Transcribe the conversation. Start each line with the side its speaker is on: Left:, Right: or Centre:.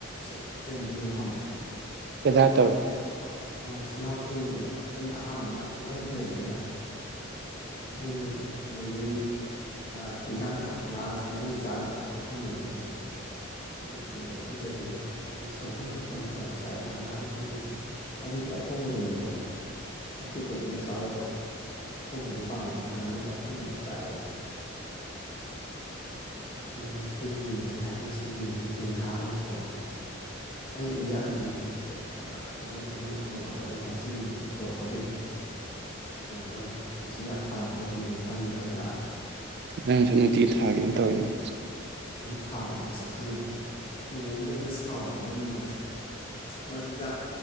Left: ꯁꯦꯠꯅ ꯂꯩꯔꯝꯗꯣꯏꯅꯦꯕ ꯈꯪꯕ꯭ꯔꯥ
Right: ꯕꯦꯖꯥꯔ
Left: ꯑꯗꯨꯒ
Right: ꯇꯧꯔꯤꯅꯤ
Left: ꯑ ꯆꯤꯜꯍꯥꯎ ꯊꯦꯡꯅꯦꯕ ꯑꯩꯈꯣꯏꯅ ꯑꯍꯥꯥꯟꯕꯗ ꯌꯥꯝ ꯀꯤꯍꯟꯈ꯭ꯔꯦꯕ ꯑꯩꯅ ꯑꯗꯨꯅꯅꯦꯕ ꯑꯗꯒꯤꯗꯤ ꯍꯤꯟꯖꯥꯡ ꯊꯥꯛꯄ ꯉꯥꯒꯁꯦ ꯃꯣꯏ ꯆꯥꯅꯕ ꯊꯑꯣꯏ ꯊꯝꯃꯕꯅꯤꯅ ꯑꯗꯨ ꯃꯣꯏꯗ ꯄꯤꯖꯗꯣꯏꯅꯦꯕ ꯑꯗꯨꯩ ꯁꯝꯒ꯭ꯔꯤ ꯃꯄꯪꯒꯁꯦ ꯌꯥꯝ ꯆꯥꯏꯑꯕ ꯍꯪꯒꯥꯝ ꯃꯄꯪꯒꯁꯦ ꯑꯗꯨꯁꯨ ꯑꯊꯣꯡꯕꯗꯅꯤꯀꯣ ꯐꯇꯦꯛ ꯀꯣꯏꯗꯣꯛꯅ ꯆꯥꯔꯗꯕ ꯑꯊꯣꯡꯕꯗꯤ ꯄꯥꯝꯃꯤꯕ ꯍꯪꯒꯥꯝ ꯑꯃꯁꯁꯦ ꯑꯊꯣꯡꯕ ꯌꯥꯝ ꯆꯥꯏꯑꯕ ꯃꯣꯏꯅ ꯑꯗꯨꯅꯦ ꯑꯩꯈꯣꯏꯒꯤꯅ ꯍꯥꯏꯗꯤ ꯃꯁꯤ ꯌꯦꯡꯅꯤꯡꯉꯤꯁꯤ ꯁꯦꯟꯊꯥꯛꯑꯅꯤꯀꯣꯅ ꯑꯩꯕꯨꯨꯛ ꯌꯥꯗꯦ ꯃꯣꯏꯅ ꯃꯁꯤꯗ ꯐꯗ꯭ꯔꯪ ꯐꯗ꯭ꯔꯪ ꯐꯗ꯭ꯔꯪ ꯆꯣꯡꯈꯠꯂꯒ ꯃꯆꯤꯟꯁꯤ ꯇꯤꯡꯊꯣꯔꯛꯀꯗꯣꯏꯅꯤ ꯀꯅ ꯃꯆꯤꯟꯖꯥꯛ ꯊꯥꯗ꯭ꯔꯕꯅꯦꯅ ꯈꯪꯉꯦꯕ ꯑꯩ ꯂꯥꯛꯑꯗꯤ
Right: ꯅꯪꯁꯨ ꯅꯨꯡꯇꯤꯒꯤ ꯊꯥꯒꯤ ꯑꯗꯨꯝ ꯇꯧꯋꯅꯣ
Left: ꯊꯥꯒꯦꯅꯣ ꯃꯁꯛ ꯈꯪꯉꯤꯕ ꯅꯣꯡꯃꯝꯗꯤ ꯑꯩꯅ ꯁꯥꯎꯗꯅ ꯑꯩꯅꯅꯦ ꯃꯆꯤꯟꯖꯥꯛ